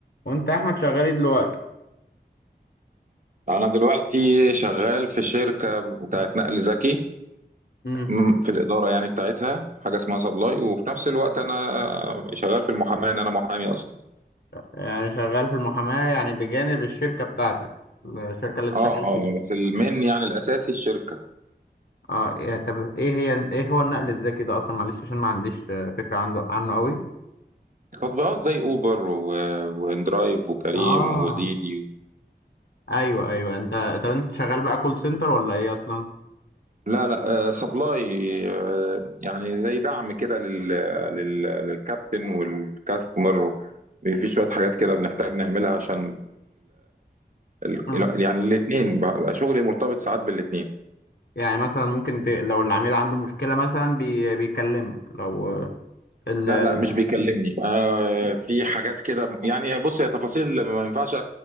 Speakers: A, on the left (about 70°); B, on the right (about 50°).
A: وانت يا احمد شغال ايه دلوقتي
B: انا دلوقتي شغال في شركه بتاعت نقل ذكي
A: امم
B: م، في الاداره يعني بتاعتها حاجه اسمها سبلاي وفي نفس الوقت انا شغال في المحاماه ان انا محامي اصلا
A: يعني شغال في المحاماة يعني بجانب الشركة بتاعتك الشركة اللي انت
B: اه
A: شغال
B: اه
A: فيها
B: بس المين يعني الاساسي الشركه
A: اه إيه- طب ايه هي ايه هو النقل الذكي ده اصلا معلش عشان ما عنديش آه، فكرة عنده عنه قوي
B: تطبيقات زي اوبر و... واندرايف وكريم
A: اه
B: وديدي
A: ايوه ايوه انت طب انت شغال بقى كول سنتر ولا ايه اصلا
B: لا لا آه، سبلاي آه، يعني زي دعم كده لل... لل... للكابتن والكاستمر في شويه حاجات كده بنحتاج نعملها عشان ال-
A: امم
B: ال- يعني الاثنين بقى شغلي مرتبط ساعات بالاثنين
A: يعني مثلا ممكن ت... لو العميل عنده مشكلة مثلا بي... بيكلمك لو آه، ال...
B: لا لا مش بيكلمني آه في حاجات كده يعني بص هي تفاصيل ما ينفعش